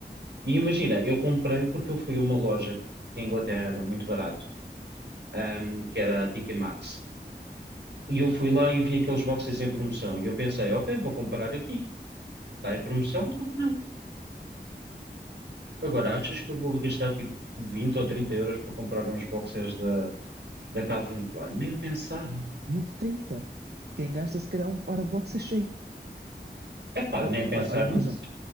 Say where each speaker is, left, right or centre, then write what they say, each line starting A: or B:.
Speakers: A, on the right; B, on the right.
A: E imagina, eu comprei porque eu fui a uma loja que em Inglaterra era muito barato, ahm, que era a TK Maxx. E eu fui lá e vi aqueles boxers em promoção. E eu pensei, ok, vou comprar aqui. Está em promoção, por que não? Agora, achas que eu vou gastar tipo 20 ou 30 euros para comprar uns boxers da, da Calvin Klein? Nem pensar.
B: 20, 30. Quem gasta se calhar um par de boxers
A: Epá,
B: O-
A: nem pensar
B: o- Olha,
A: nisso.
B: por exemplo,